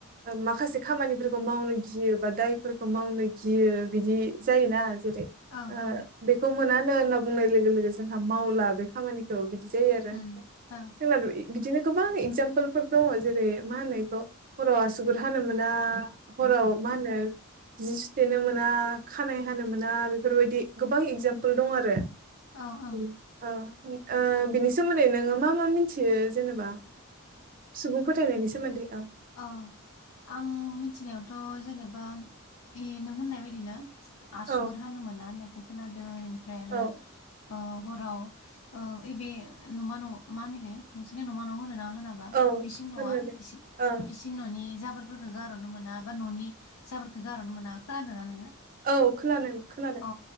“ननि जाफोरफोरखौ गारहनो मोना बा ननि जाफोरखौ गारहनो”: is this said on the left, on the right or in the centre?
Left